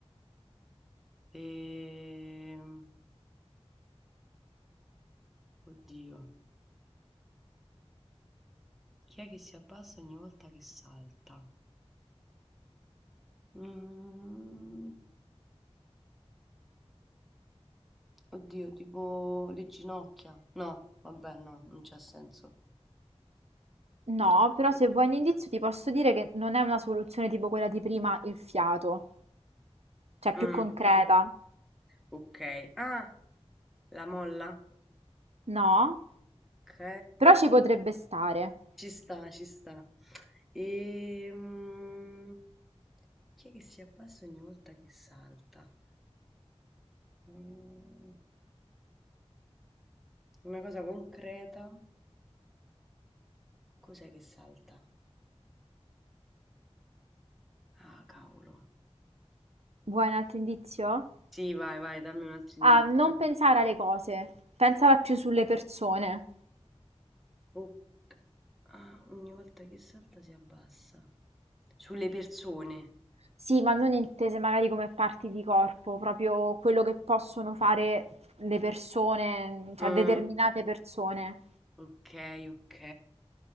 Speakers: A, in the centre; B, on the right.
A: Ehm... Oddio, chi è che si abbassa ogni volta che salta? Mhmm, oddio, tipo le ginocchia. No, vabbè, no, non c'ha senso.
B: No,
A: Per-
B: però se vuoi un indizio ti posso dire che non è una soluzione tipo quella di prima, il fiato, cioè
A: Mm,
B: più concreta.
A: ok. Ah, la molla?
B: No?
A: Ok,
B: Però ci potrebbe stare.
A: ci sta, ci sta. Ehm, chi è che si abbassa ogni volta che salta? Mm, una cosa concreta. Cos'è che salta? Ah, cavolo.
B: Vuoi un altro indizio?
A: Sì, vai, vai, dammi un altro indizio.
B: a non pensare alle cose, pensala più sulle persone.
A: O- ah, ogni volta che salta si abbassa. Sulle persone.
B: Sì, ma non intese magari come parti di corpo, proprio quello che possono fare le persone, cioè
A: Mm,
B: determinate persone.
A: ok, ok.